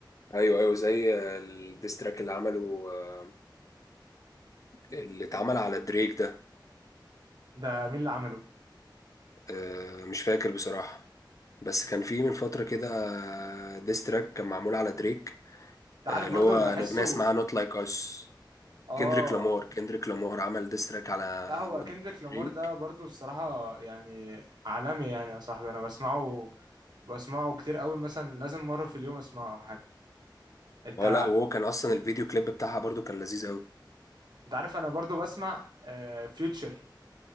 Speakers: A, on the left (about 40°); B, on the right (about 60°).
A: ايوه ايوه زي الديستراك اللي عمله آه، اللي اتعمل على دريك ده
B: ده مين اللي عمله
A: آه، مش فاكر بصراحة بس كان في من فترة كده ديستراك كان معمول على دريك
B: انت عارف
A: آه، اللي
B: برضو
A: هو
B: اللي بحسه
A: الأغنية اسمها نوت لايك أس
B: اه
A: كندريك لامار كندريك لامار عمل ديستراك على
B: لا هو كندريك لامار
A: دريك
B: ده برضو الصراحه يعني عالمي يعني يا صاحبي انا بسمعه بسمعه كتير قوي مثلا لازم مره في اليوم اسمعه أو حاجه انت
A: اه لا وهو كان أصلا الفيديو كليب بتاعها برضو كان لذيذ أوي
B: انت عارف انا برضو بسمع فيوتشر